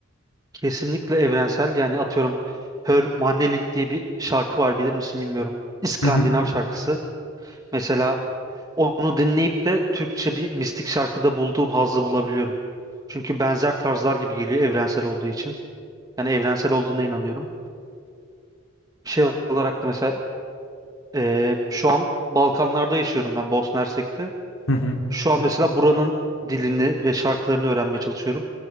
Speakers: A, on the right; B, on the left.
A: Kesinlikle evrensel yani atıyorum Hörmannelik diye bir şarkı var bilir misin bilmiyorum. İskandinav
B: Hı hı.
A: şarkısı. Mesela onu dinleyip de Türkçe bir mistik şarkıda bulduğum hazzı bulabiliyorum. Çünkü benzer tarzlar gibi geliyor evrensel olduğu için. Yani evrensel olduğuna inanıyorum. Şey olarak da mesela eee, şu an Balkanlarda yaşıyorum ben Bosna Hersek'te.
B: Hı hı.
A: Şu an mesela buranın dilini ve şarkılarını öğrenmeye çalışıyorum.